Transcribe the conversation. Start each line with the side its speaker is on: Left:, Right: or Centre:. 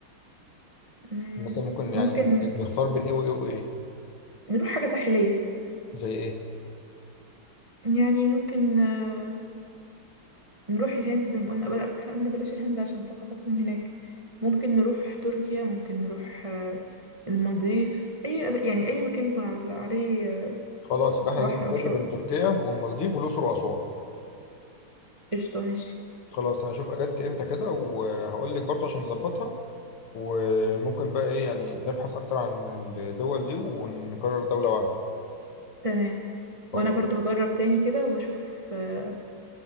Right: مم،
Left: مثلا ممكن يعني
Right: ممكن
Left: ن- نختار بين ايه وايه وايه
Right: نروح حاجة ساحلية
Left: زي ايه
Right: يعني ممكن آه، نروح الهند زي ما قلنا بلا بس احنا قلنا بلاش الهند عشان ثقافتهم هناك ممكن نروح تركيا ممكن نروح آه، المالديف اي يعني اي مكان يكون على- عليه آه،
Left: خلاص يبقى احنا
Right: بحر
Left: نستقر
Right: او شاطئ
Left: بين تركيا والمالديف والاقصر واسوان
Right: قشطة ماشي
Left: خلاص انا هشوف اجازتي امتى كده وهقول لك برضه عشان نظبطها وممكن بقى ايه يعني نبحث اكتر عن الدول دي ونقرر دوله واحده
Right: تمام
Left: خلاص
Right: وانا برضو هجرب تاني كده واشوف آه،